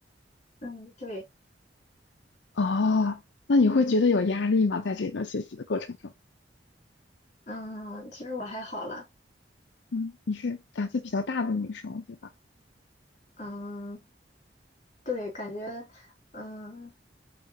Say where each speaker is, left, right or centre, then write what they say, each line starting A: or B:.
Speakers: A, on the left; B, on the left.
A: 嗯，对，
B: 哦，那你会觉得有压力吗？在这个学习的过程中，
A: 嗯，其实我还好了。
B: 嗯，你是胆子比较大的女生，对吧？
A: 嗯，对，感觉嗯